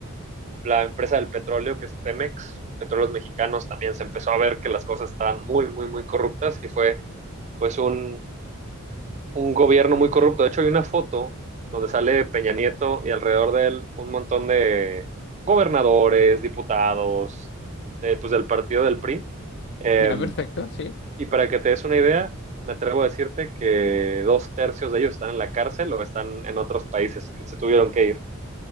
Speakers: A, on the right; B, on the left.
A: la empresa del petróleo, que es Pemex, Petróleos Mexicanos, también se empezó a ver que las cosas estaban muy, muy, muy corruptas y fue pues un, un gobierno muy corrupto. De hecho, hay una foto donde sale Peña Nieto y alrededor de él un montón de gobernadores, diputados, eh, pues del partido del PRI. Eh,
B: Ya, perfecto, sí.
A: y para que te des una idea, me atrevo a decirte que dos tercios de ellos están en la cárcel o están en otros países que se tuvieron que ir.